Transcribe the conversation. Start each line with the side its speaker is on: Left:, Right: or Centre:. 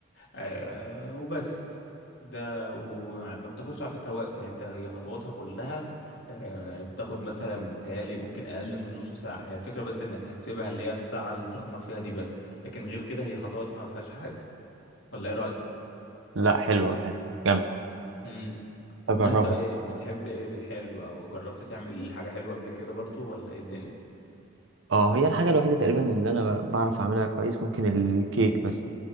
Left: آه، وبس ده وما بتاخدش على فكرة وقت يعني انت هي خطواتها كلها آه، بتاخد مثلا بتهيألي ممكن اقل من نص ساعة هي الفكرة بس انك هتسيبها اللي هي الساعة اللي تخمر فيها دي بس لكن غير كده هي خطواتها ما فيهاش حاجة ولا ايه رأيك؟
Right: لا حلوة حلو جامد
Left: امم طب
Right: أجربها
Left: وانت ايه بتحب ايه في الحلو او جربت تعمل حاجة حلوة قبل كده برضو ولا ايه الدنيا
Right: اه هي الحاجة الوحيدة تقريبا اللي انا بعرف اعملها كويس ممكن الكيك مثلا